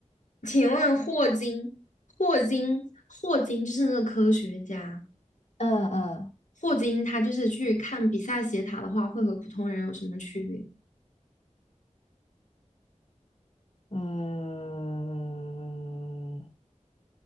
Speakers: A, on the left; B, on the left.
A: 请问霍金，霍金，霍金就是那个科学家，
B: 嗯嗯
A: 霍金他就是去看比萨斜塔的话，会和普通人有什么区别？
B: 嗯